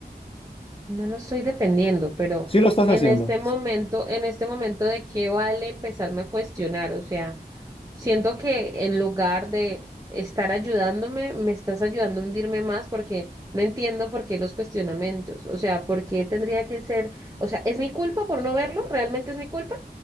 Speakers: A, on the right (about 20°); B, on the left (about 35°).
A: No lo estoy defendiendo, pero
B: Sí lo estás
A: en
B: haciendo.
A: este momento, en este momento de qué vale empezarme a cuestionar, o sea, siento que en lugar de estar ayudándome, me estás ayudando a hundirme más porque no entiendo por qué los cuestionamientos, o sea, por qué tendría que ser, o sea, ¿es mi culpa por no verlo? ¿Realmente es mi culpa?